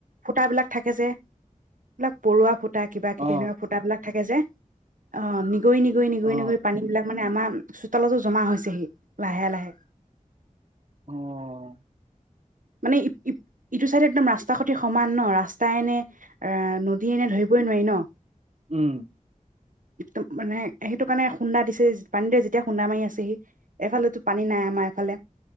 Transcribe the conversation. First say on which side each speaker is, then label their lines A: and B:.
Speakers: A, on the right (about 75°); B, on the right (about 50°).
A: ফুটা বিলাক থাকে যে, এইবিলাক পৰুৱা ফু ফুটা কিবা-কিবি
B: অ
A: এনেুৱা ফুটাবিলাক থাকে যে। অ', নি গৈ নিগৈ-নিগৈ-নিগৈ
B: অ অ
A: পানীবিলাক মানে আমাৰ চোতালতো জমা হৈছেহি, লাহে-লাহে।
B: অ <unintelligible>
A: মানে ই-ইটো চাইডে একদম ৰাস্তাৰ সতি সমান ন ৰাস্তাই এনে এ, নদী এনে ধৰিবই নোৱাৰি ন।
B: উম
A: একম মানে সেইটো কাৰণে খুন্দা দিছে পানী দৰে যেতিয়া খুন্দা মাৰি আছেহি এফালো পানী নাই আমাৰ এফালে